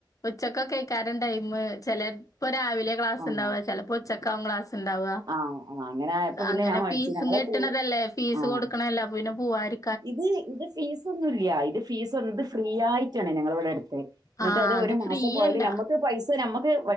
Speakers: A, on the left; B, on the right.
A: ഉച്ചക്ക്കായ്ക്കാരം ടൈം. ചെലപ്പോ രാവിലെ ക്ലാസ്ണ്ടാവ.
B: ആഹ്
A: ചെലപ്പോ ഉച്ചക്കാവും ക്ലാസ്.. ണ്ടാവ്
B: ആഹ് ആഹ് അങ്ങനെ ആയപ്പോ പിന്നെ
A: അങ്ങനെ
B: ഞാൻ മടിച്ചു
A: ഫീസും
B: ഞങ്ങളെ
A: കെട്ട്ണതല്ലേ
B: കൂ
A: ഫീസ്
B: ആഹ്
A: കൊട്ക്ണല്ലേ അപ്പൊപിന്നെ പുവായിര്
B: ഇത് ഇത് ഫീസൊന്നുല്യ ഇത് ഫീസ്ന്ത് ഫ്രീ ആയിട്ടാണ് ഞങ്ങളെവിടെ ട്ത്തെഹ്.. ന്നട്ട്
A: ആ
B: അത് ഒരു മാസം
A: ഫ്രീ
B: പോയല്
A: അല്ല
B: ഞാമ്മക്ക്.. പൈസ നമുക്ക്.